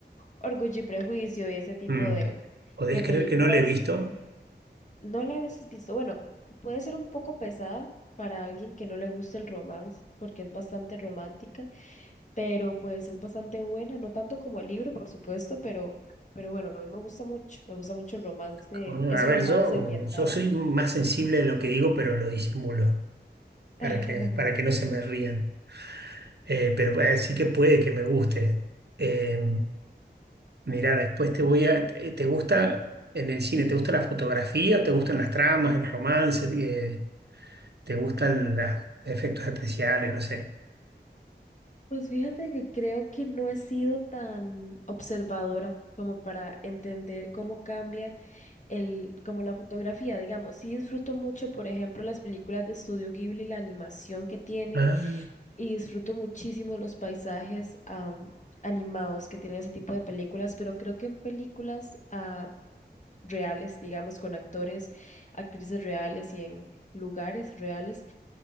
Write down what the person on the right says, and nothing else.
Mm.
¿Podés
creer
que no la he visto?
Con-
A ver,
yo,
yo soy más sensible de lo que digo, pero lo disimulo para
que, para que no se me rían. Eh, pero eh, sí que puede que me guste. Eh, mirá, después te voy a... eh, ¿Te gusta en el cine? ¿Te gusta la fotografía? ¿Te gustan las tramas, el romance? eh, ¿te gustan los efectos especiales? No sé.
Ah.